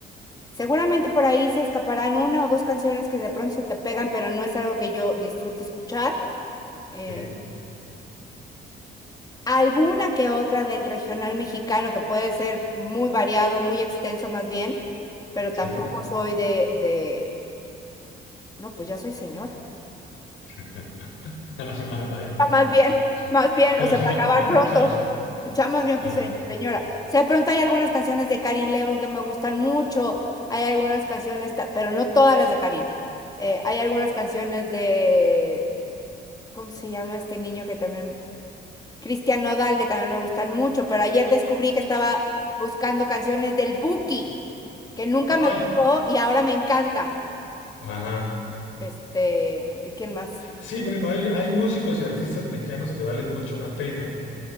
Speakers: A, on the left; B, on the left.
A: Seguramente por ahí se escaparán una o dos canciones que de pronto se te pegan, pero no es algo que yo disfrute escuchar. eh,
B: sí,
A: alguna que otra del regional mexicano que puede ser muy variado, muy extenso más bien, pero tampoco
B: sí.
A: soy de, de, no, pues ya soy señora.
B: <laughs> <laughs> Ay, Nan.
A: más bien, más bien,
B: <laughs>
A: o sea, para acabar pronto. Ya más bien,
B: Ajá.
A: pues, se- señora. O sea, de pronto hay algunas canciones de Karin León que me gustan mucho. Hay algunas canciones, ta- pero no todas las de Karin. Eh, hay algunas canciones de, ¿cómo se llama este niño que también? Cristian Nodal, que también me gustan mucho. Pero ayer descubrí que estaba buscando canciones del Buki, que nunca
B: Ay,
A: me gustó y ahora me encanta.
B: ajá.
A: Este, ¿de quién más?
B: Sí, bueno, hay, hay músicos y artistas mexicanos que valen mucho la pena,